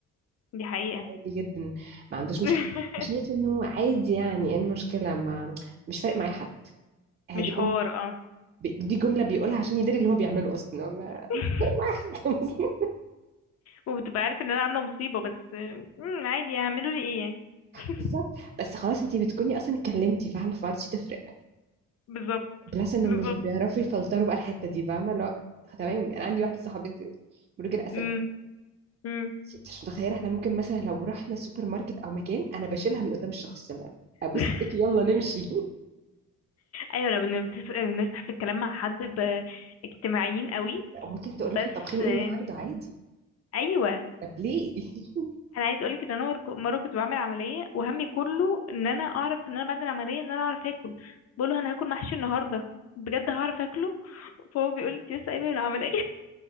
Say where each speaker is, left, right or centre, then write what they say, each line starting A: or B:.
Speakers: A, on the left; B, on the right.
A: دي حقيقة
B: عادي جدا ما عندوش مشكله
A: <laughs>
B: شايف انه عادي يعني ايه المشكله ما مش فارق معايا حد هدي
A: مش حوار
B: جملة
A: اه
B: دي جمله بيقولها عشان يدري اللي هو بيعمله اصلا هو ما-
A: <laughs>
B: واحد <laughs>
A: وبتبقى عارف ان انا عامله مصيبه بس امم عادي هعملوا لي ايه يعني <laughs>
B: بالظبط بس خلاص انت بتكوني اصلا اتكلمتي فاهمه فمعرفتش تفرق
A: بالظبط
B: بلس انه
A: بالظبط
B: مش بيعرفوا يفلتروا بقى الحته دي فاهمه لا تمام يعني عندي واحده صاحبتي برج الاسد
A: امم امم
B: مش متخيله احنا ممكن مثلا لو رحنا سوبر ماركت او مكان انا بشيلها من قدام الشخص لا ابوس
A: <laughs>
B: ايدك يلا نمشي <laughs>
A: ايوه لو بن- بتف- بنفتح في الكلام مع حد ب- اجتماعيين قوي
B: وممكن تقول
A: بس
B: له احنا طابخين ايه
A: آه،
B: النهارده عادي
A: ايوه
B: طب ليه <laughs>
A: انا عايز اقولك ان انا مر- مره كنت بعمل عمليه وهمي كله ان انا اعرف ان انا بعد العمليه ان انا اعرف اكل بقوله انا هاكل محشي النهارده بجد هعرف اكله فهو بيقول لي انت لسه قايمه من العمليه